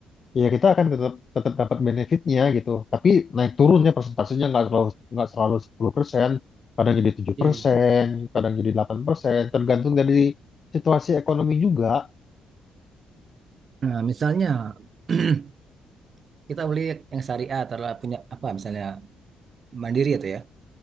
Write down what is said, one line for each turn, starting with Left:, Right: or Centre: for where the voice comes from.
Left: ya kita akan tetap tetap dapat benefitnya gitu. Tapi naik turunnya persentasenya nggak selalu nggak selalu 10%, kadang jadi tujuh
Right: Iya
Left: persen,
Right: ya.
Left: kadang jadi 8%, tergantung dari situasi ekonomi juga.
Right: Nah, misalnya <clears throat> kita beli yang syariah atau punya apa misalnya Mandiri itu ya,